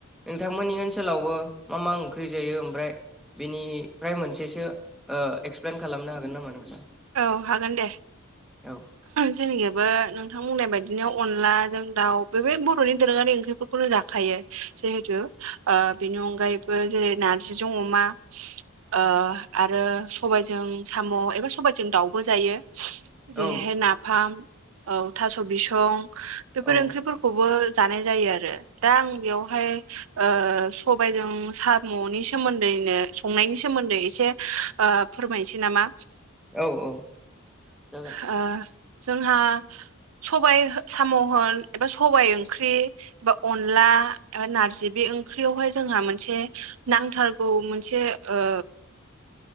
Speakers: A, in the centre; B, on the right.
A: नोंथांमोननि ओनसोलावबो मा मा ओंख्रि जायो ओमफ्राय बेनिफ्राय मोनसेसो ओ एक्सप्लेन खालामनो हागोन नामा नोंथां
B: औ हागोन दे
A: औ
B: जोंनिखबो नोंथां बुंनाय बायदिनो अनलाजों दाउ बे बर'नि दोरोङारि ओंख्रिफोरखौनो जाखायो। जिहेथु ओ‌ बेनि अनगायैबो जेरै नारजिजों अमा ओ आरो सबायजों साम' एबा सबाय जों दाउबो जायो जेरैहाय
A: औ
B: नाफाम औ थास' बिसं बेफोर
A: औ
B: ओंख्रिफोरखौबो जानाय जायो आरो दा आं बेयावहाय ओ सबायजों साम'नि सोमोन्दैनो संनायनि सोमोन्दै एसे ओ फोरमायनोसै नामा
A: औ औ जागोन
B: औ जोंहा सबायाइ साम'होन एबा सबायाइ ओंख्रि बा अनला नारजि बे ओंख्रियावहाय जोंहा मोनसे नांथारग बे मोनसे ओ
A: <inaudible>